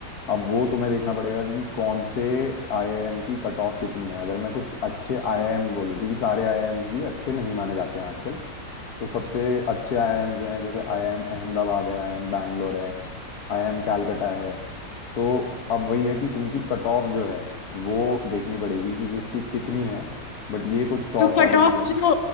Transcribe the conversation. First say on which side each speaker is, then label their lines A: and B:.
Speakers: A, on the left; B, on the left.
A: अब वो तुम्हें देखना पड़ेगा कि कौन से आईआईएम की कट ऑफ कितनी है अगर मैं कुछ अच्छे आईआईएम्स बोलूँ क्योंकि सारे आईआईएम्स भी अच्छे नहीं माने जाते हैं आजकल तो सबसे अच्छे आईआईएम्स जो हैं जैसे आईआईएम अहमदाबाद है आईआईएम बैंगलोर है आईआईएम कैलकटा है तो अब वही है कि इनकी कट ऑफ जो है वो देखनी पड़ेगी कि किसकी कितनी है बट ये कुछ टॉप
B: तो
A: कॉलेजेस
B: कट ऑफ
A: हैं
B: जो